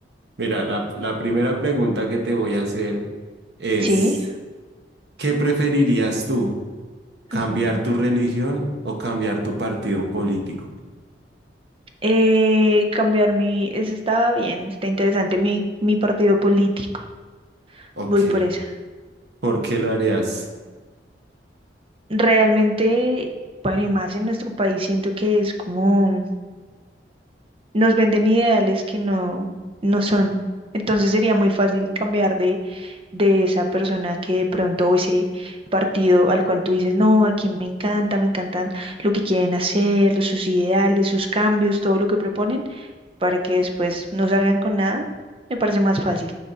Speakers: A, on the right; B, on the right.
A: Mira, la, la primera pregunta que te voy a hacer es,
B: sí.
A: ¿qué preferirías tú? ¿Cambiar
B: ujú.
A: tu religión o cambiar tu partido político?
B: Eh, cambiar mi, eso estaba bien, está interesante, mi, mi partido político.
A: Ok,
B: voy por esa.
A: ¿por qué lo harías?
B: Realmente, bueno, y más en nuestro país, siento que es como nos venden ideales que no, no son. Entonces sería muy fácil cambiar de, de esa persona que de pronto, o ese partido al cual tú dices, no, aquí me encanta, me encantan lo que quieren hacer, los- sus ideales, sus cambios, todo lo que proponen, para que después no salgan con nada, me parece más fácil.